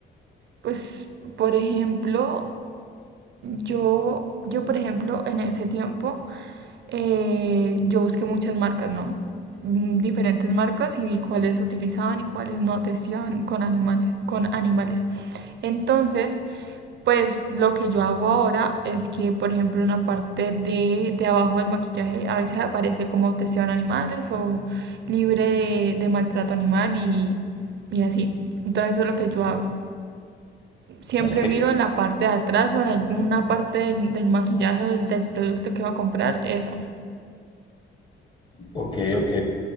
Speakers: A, on the right; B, on the left.
A: pues, por ejemplo, Yo, yo, por ejemplo, en ese tiempo, eh, yo busqué muchas marcas, ¿no? Mm, Diferentes marcas y vi cuáles utilizaban y cuáles no testeaban con animales, con animales. Entonces, pues lo que yo hago ahora es que, por ejemplo, en la parte de, de abajo del maquillaje a veces aparece como testeaban animales o libre de, de maltrato animal y, y así. Entonces, eso es lo que yo hago siempre
B: Ok.
A: miro en la parte de atrás o en alguna parte del, del maquillaje o del, del producto que va a comprar, eso.
B: Ok, ok.